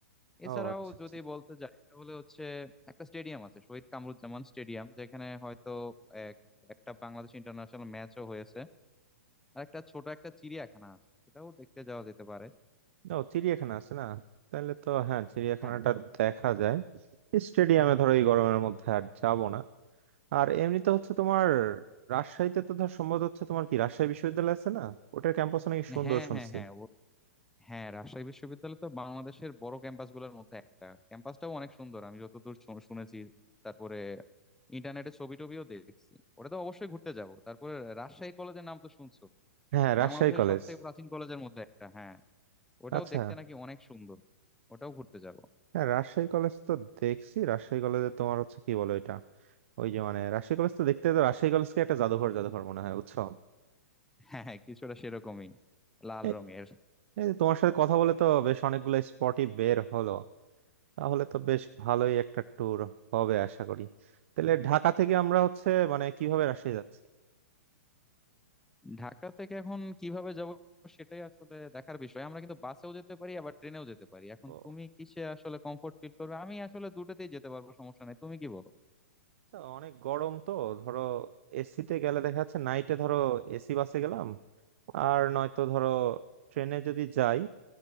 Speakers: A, in the centre; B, on the right.
A: এছাড়াও
B: ও আচ্ছা আচ্ছা।
A: যদি বলতে যাই তাহলে হচ্ছে একটা স্টেডিয়াম আছে শহীদ কামরুজ্জামান স্টেডিয়াম যেখানে হয়তো এক একটা বাংলাদেশ ইন্টারন্যাশনাল ম্যাচও হয়েছে আর একটা ছোট একটা চিড়িয়াখানা আছে সেটাও দেখতে যাওয়া যেতে পারে
B: ও চিড়িয়াখানা আছে না তাহলে তো হ্যাঁ চিড়িয়াখানাটা
A: হ্যাঁ
B: দেখা যায় স্টেডিয়ামে ধরো এই গরমের মধ্যে আর যাব না আর এমনিতে হচ্ছে তোমার রাজশাহীতে তো ধর সম্ভবত হচ্ছে তোমার কি রাজশাহী বিশ্ববিদ্যালয় আছে না ওটার ক্যাম্পাস নাকি সুন্দর
A: হ্যাঁ
B: শুনছি
A: হ্যাঁ হ্যাঁ হ্যাঁ রাজশাহী বিশ্ববিদ্যালয় তো বাংলাদেশের বড় ক্যাম্পাস গুলোর মধ্যে একটা ক্যাম্পাসটাও অনেক সুন্দর আমি যতদূর শু- শুনেছি তারপরে ইন্টারনেটে ছবি টবিও দেখছি ওটা তো অবশ্যই ঘুরতে যাব তারপরে রাজশাহী কলেজের নাম তো শুনছো
B: হ্যাঁ রাজশাহী
A: বাংলাদেশের
B: কলেজ
A: সব থেকে প্রাচীন কলেজের মধ্যে একটা হ্যাঁ ওটাও
B: আচ্ছা
A: দেখতে নাকি অনেক সুন্দর ওটাও ঘুরতে যাব
B: হ্যাঁ রাজশাহী কলেজ তো দেখছি রাজশাহী কলেজে তোমার হচ্ছে কি বলো এটা ওই যে মানে রাজশাহী কলেজ তো দেখতে তো রাজশাহী কলেজকে একটা জাদুঘর জাদুঘর মনে হয় বুঝছো
A: হ্যাঁ হ্যাঁ কিছুটা সেরকমই লাল
B: এই
A: রঙের
B: এই যে তোমার সাথে কথা বলে তো বেশ অনেকগুলো স্পটই বের হলো তাহলে তো বেশ ভালোই একটা ট্যুর হবে আশা করি তাহলে ঢাকা থেকে আমরা হচ্ছে মানে কিভাবে রাজশাহী যাচ্ছি
A: ঢাকা থেকে এখন কিভাবে যাব সেটাই আসলে দেখার বিষয় আমরা কিন্তু বাসেও যেতে পারি আবার ট্রেনেও যেতে পারি এখন
B: ও
A: তুমি কিসে আসলে কমফোর্ট ফিল করবে আমি আসলে দুটোতেই যেতে পারবো সমস্যা নাই তুমি কি বলো
B: আচ্ছা, অনেক গরম তো ধরো এসিতে গেলে দেখা যাচ্ছে নাইটে ধরো এসি বাসে গেলাম আর নয়তো ধরো ট্রেনে যদি যাই